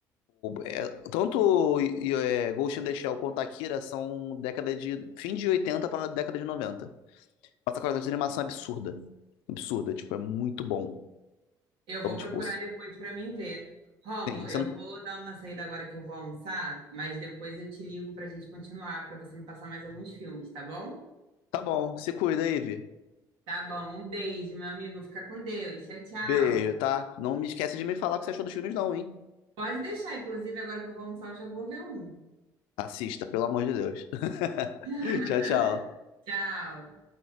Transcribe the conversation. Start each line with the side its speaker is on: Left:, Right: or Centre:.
Left: é, tanto e- e, é, Ghost in the Shell quanto Akira são década de fim de 80 para década de noventa Mas a qualidade de animação é absurda. Absurda, tipo, é muito bom.
Right: Eu
Left: Então,
Right: vou
Left: tipo,
Right: procurar depois para mim ver. Rômulo,
Left: sim,
Right: eu
Left: você não-
Right: vou dar uma saída agora que eu vou almoçar, mas depois eu te ligo para a gente continuar, para você me passar mais alguns filmes, tá bom?
Left: tá bom, se cuida aí, Vi.
Right: Tá bom, um beijo, meu amigo. Fica com Deus. Tchau, tchau.
Left: Beijo, tá? Não me esquece de me falar o que você achou dos filmes não, hein?
Right: Pode deixar, inclusive, agora que eu vou almoçar, eu já vou ver um.
Left: Assista, pelo amor de Deus. <laughs>
Right: <laughs>
Left: Tchau, tchau.
Right: Tchau.